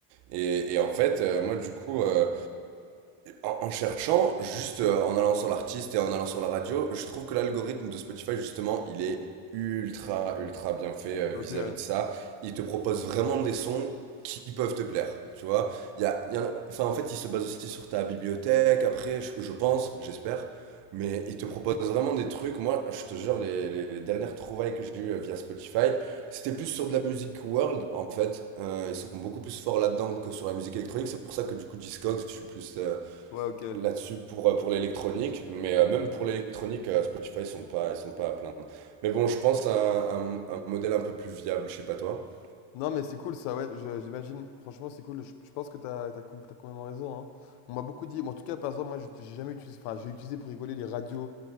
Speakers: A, on the right; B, on the left.
A: Et, et en fait, euh, moi du coup, euh, En, en cherchant, juste euh, en allant sur l'artiste et en allant sur la radio, je trouve que l'algorithme de Spotify, justement, il est ultra, ultra bien fait euh,
B: Ok,
A: vis-à-vis
B: ouais.
A: de ça. Il te propose vraiment des sons qui peuvent te plaire, tu vois. Il y a, il y en a- enfin, en fait, il se base aussi sur ta bibliothèque, après, je, je pense, j'espère. Mais il te propose vraiment des trucs. Moi, je te jure, les, les- les dernières trouvailles que j'ai eues euh, via Spotify, c'était plus sur de la musique world, en fait. Euh, ils sont beaucoup plus forts là-dedans que sur la musique électronique. C'est pour ça que, du coup, Discogs, je suis plus... euh,
B: Ouais, ok.
A: là-dessus pour, euh, pour l'électronique, mais euh, même pour l'électronique, euh, Spotify, ils sont pas, ils sont pas à plaindre. Mais bon, je pense à un, un- un modèle un peu plus viable, je sais pas toi.
B: Non, mais c'est cool ça, ouais, je- j'imagine. Franchement, c'est cool. Je, je pense que t'as, t'as, com- t'as complètement raison. hein. On m'a beaucoup dit. Bon, en tout cas, par exemple, moi, j'ai j'ai jamais utilisé. Enfin, j'ai utilisé pour rigoler les radios